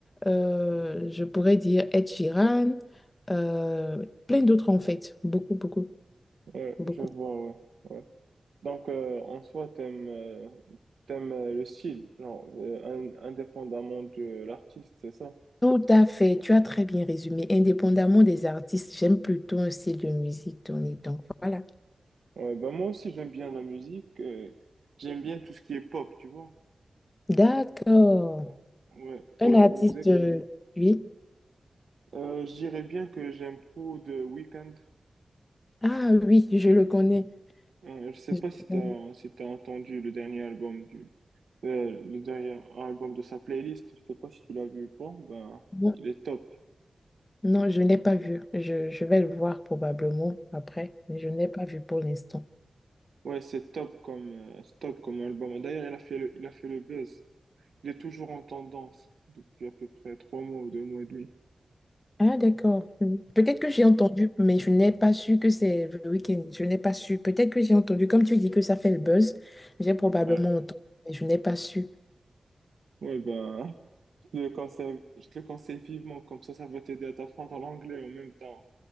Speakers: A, on the left; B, on the right.
A: euh, je pourrais dire Ed Sheeran, euh, plein d'autres en fait. Beaucoup, beaucoup,
B: Ouais,
A: beaucoup.
B: je vois, ouais. ouais. Donc, euh, en soi, t'aimes euh, t'aimes euh, le style, non, euh, in- indépendamment de l'artiste, c'est ça?
A: Tout à fait, tu as très bien résumé. Indépendamment des artistes, j'aime plutôt un style de musique donné. Donc voilà.
B: Ouais, bah moi aussi, j'aime bien la musique. euh, j'aime bien tout ce qui est pop, tu vois.
A: D'accord.
B: Genre, ouais,
A: Un
B: pop
A: artiste,
B: music.
A: euh, oui.
B: Euh, je dirais bien que j'aime trop The Weeknd.
A: Ah oui, je le connais.
B: Euh, je sais
A: Je le
B: pas si
A: connais.
B: t'as si t'as entendu le dernier album du euh, le dernier album de sa playlist. Je sais pas si tu l'as vu ou pas. Ben,
A: Non,
B: il est top.
A: non, je n'ai pas vu. Je, je vais le voir probablement après, mais je n'ai pas vu pour l'instant.
B: Ouais, c'est top comme, euh, c'est top comme album. D'ailleurs, il a fait le, il a fait le buzz. Il est toujours en tendance depuis à peu près trois mois ou deux mois et demi.
A: Ah d'accord. Hmm. Peut-être que j'ai entendu, mais je n'ai pas su que c'est The Weeknd. Je n'ai pas su. Peut-être que j'ai entendu, comme tu dis que ça fait le buzz, j'ai probablement
B: Ouais.
A: entendu, mais je n'ai pas su.
B: Ouais, bah, <laughs> je te le conseille, je te le conseille vivement. Comme ça, ça va t'aider à t'apprendre l'anglais en même temps.